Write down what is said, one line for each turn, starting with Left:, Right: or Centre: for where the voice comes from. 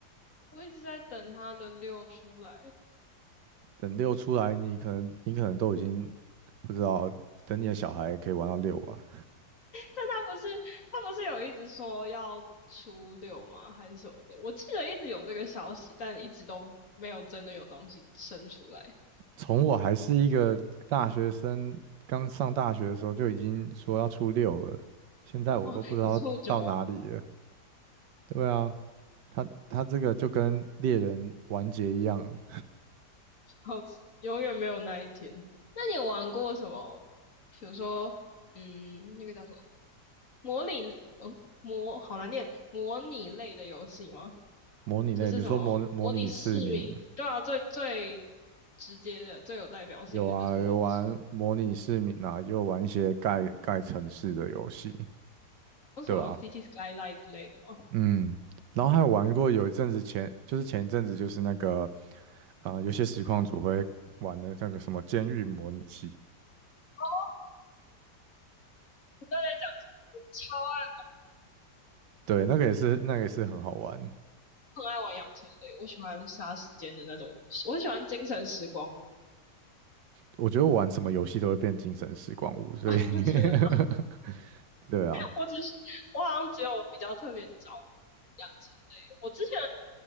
Left: 我一直在等它的六出来。
Right: 等六出来，你可能你可能都已经不知道，等你的小孩可以玩到六吧。
Left: 但他不是他不是有一直说要初六吗？还是什么的？我记得一直有这个消息，但一直都没有真的有东西生出来。<laughs>
Right: 从我还是一个大学生，刚上大学的时候就已经说要出六了，现在我都不知道到哪里了。
Left: 哦，有错久啊，
Right: 对啊，他他这个就跟猎人完结一样，
Left: 好，永远没有那一天。那你有玩过什么？比如说，嗯，那个叫什么模拟，嗯，模好难念，模拟类的游戏吗？
Right: 模拟类，
Left: 就是什么模拟市民，
Right: 比如说模模拟市民，
Left: 对啊，最最直接的、最有代表性的就是模拟市
Right: 有啊，有玩模拟市民啊，也有玩一些盖盖城市的游戏，
Left: 民有什么
Right: 对啊。
Left: City Skyline 之类的吗？
Right: 嗯，然后还有玩过有一阵子前，就是前一阵子就是那个，呃，有些实况组会玩的那个什么监狱模拟器，
Left: 哦，我刚才讲超爱，
Right: 对，那个也是那个也是很好玩。
Left: 很爱玩养成类，我喜欢杀时间的那种游戏我喜欢精神时光
Right: 我觉得我玩什么游戏都会变精神时光屋，所以
Left: 那 <laughs> 真的吗？
Right: <laughs> 对啊，
Left: 我只是我好像只有比较特别着迷养成类。我之前